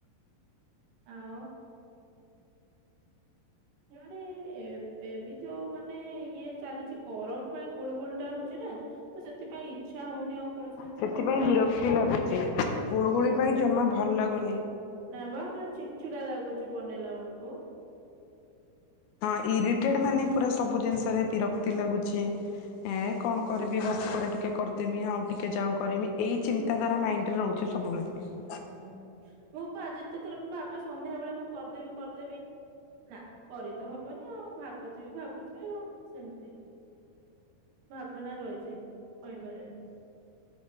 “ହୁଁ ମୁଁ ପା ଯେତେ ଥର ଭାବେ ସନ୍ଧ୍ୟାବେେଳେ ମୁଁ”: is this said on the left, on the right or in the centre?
Right